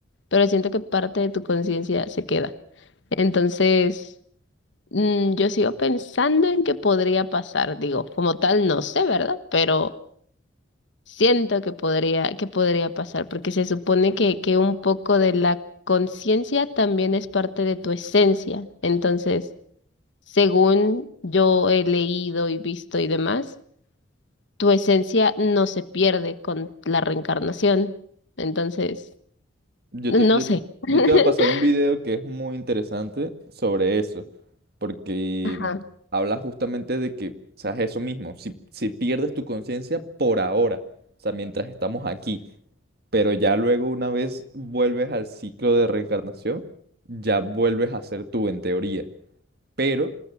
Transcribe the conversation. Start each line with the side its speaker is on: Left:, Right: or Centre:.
Left: pero siento que parte de tu conciencia se queda. Entonces. Mm, yo sigo pensando en que podría pasar, digo, como tal no sé, ¿verdad? Pero siento que podría, que podría pasar, porque se supone que, que un poco de la conciencia también es parte de tu esencia. Entonces, según yo he leído y visto y demás, tu esencia no se pierde con la reencarnación. Entonces,
Right: Yo
Left: no
Right: te, yo,
Left: sé. <laughs>
Right: yo te voy a pasar un video que es muy interesante sobre eso, porque
Left: Ajá.
Right: habla justamente de que, o sea, es eso mismo, si, si pierdes tu conciencia por ahora, o sea, mientras estamos aquí, pero ya luego una vez vuelves al ciclo de reencarnación, ya vuelves a ser tú en teoría, pero